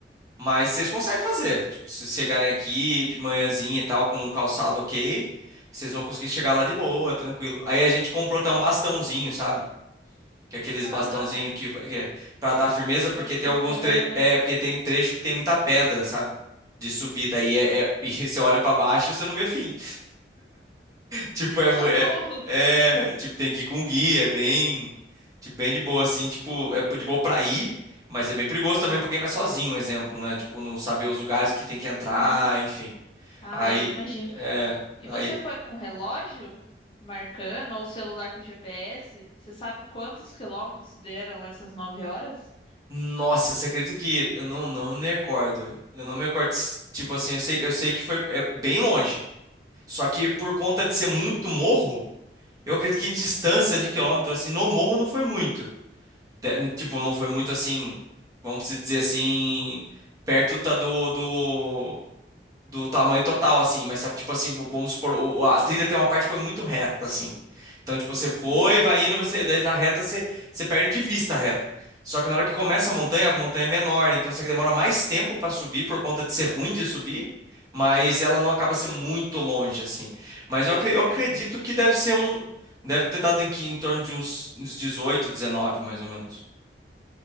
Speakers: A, on the right; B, on the left.
A: Mas vocês conseguem fazer. Tipo, se chegarem aqui de manhãzinha e tal, com o calçado ok, vocês vão conseguir chegar lá de boa, tranquilo. Aí a gente comprou até um bastãozinho, sabe? Que é aqueles
B: Aham.
A: bastãozinho que, va- que é pra dar firmeza,
B: Pra
A: porque
B: ir fincando,
A: tem alguns tre
B: né?
A: é, porque tem trecho que tem muita pedra, sabe? De subida. Aí
B: <laughs>
A: é, é- <laughs> e você olha pra baixo, você não vê fim. Tipo,
B: Socorro!
A: é, é, é, tipo, tem que ir com guia, é bem, tipo, bem de boa, assim, tipo, é de boa pra ir, mas é bem perigoso também pra quem vai sozinho, um exemplo, né? Tipo, não saber os lugares que tem que
B: Uhum.
A: entrar, enfim.
B: Ah,
A: Aí,
B: eu imagino.
A: é,
B: E
A: aí,
B: você foi com relógio marcando ou celular com GPS? Você sabe quantos quilômetros deram essas nove horas?
A: nossa, você acredita que eu não, não me recordo, eu não me recordo, se- tipo assim, eu sei, eu sei que foi é, bem longe, só que por conta de ser muito morro, eu acredito que em distância de quilômetro, assim, no morro não foi muito. De- Tipo, não foi muito assim, vamos se dizer assim, perto tá do, do, do tamanho total, assim, mas só que, tipo assim, v- vamos supor, o- a trilha tem uma parte que foi muito reta, assim. Então, tipo, você foi,
B: Uhum.
A: vai indo, você, daí a reta, você, você perde de vista a reta. Só que na hora que começa a montanha, a montanha é menor, então você demora mais tempo pra subir por conta de ser ruim de subir, mas ela não acaba sendo muito longe, assim. Mas eu, acre- eu acredito que deve ser um. Deve ter dado em, que- em torno de uns uns 18 19 mais ou menos.